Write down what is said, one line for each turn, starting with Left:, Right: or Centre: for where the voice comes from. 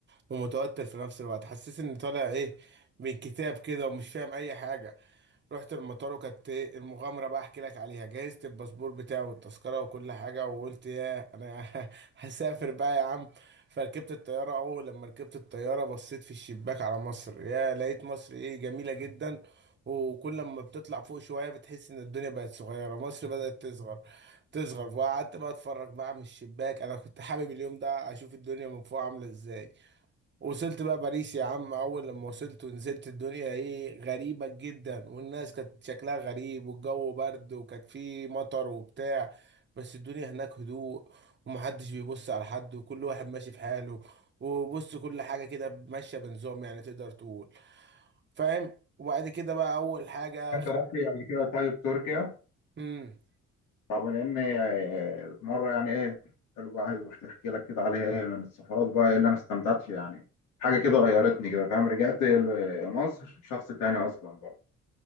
Right: ومتوتر في نفس الوقت حسيت اني طالع ايه من كتاب كده ومش فاهم اي حاجه رحت المطار وكانت إيه المغامره بقى احكي لك عليها جهزت الباسبور بتاعي والتذكره وكل حاجه وقلت يا انا <laughs> هسافر بقى يا عم فركبت الطياره اول لما ركبت الطياره بصيت في الشباك على مصر يا لقيت مصر ايه جميله جدا وكل ما بتطلع فوق شوية بتحس إن الدنيا بقت صغيرة مصر بدأت تصغر تصغر وقعدت بقى أتفرج بقى من الشباك أنا كنت حابب اليوم ده أشوف الدنيا من فوق عاملة إزاي وصلت بقى باريس يا عم اول لما وصلت ونزلت الدنيا ايه غريبة جدا والناس كانت شكلها غريب والجو برد وكانت فيه مطر وبتاع بس الدنيا هناك هدوء ومحدش بيبص على حد وكل واحد ماشي في حاله وبص كل حاجة كده ماشية بنظام يعني تقدر تقول فاهم وبعد كده بقى اول حاجة
Left: أنت
Right: خ...
Left: رحت قبل كده طيب تركيا
Right: امم
Left: طب لأن آه، في مرة يعني إيه حلو بقى عايز أحكي لك كده عليها إيه من السفرات بقى إيه اللي أنا استمتعت فيها يعني حاجة كده غيرتني كده فاهم رجعت ل- مصر شخص تاني أصلا بقى